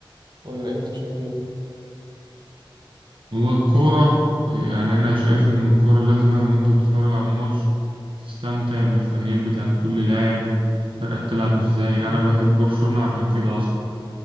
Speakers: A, on the right; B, on the right.
A: ولا انت شايف ايه؟
B: هو الكورة يعني أنا شايف إن الكورة لازم إن أنت بتتفرج على الماتش تستمتع بالفنيات بتاع كل لاعب الفرقة بتلعب إزاي
A: مم.
B: أنا بحب برشلونة عشان كده أصلا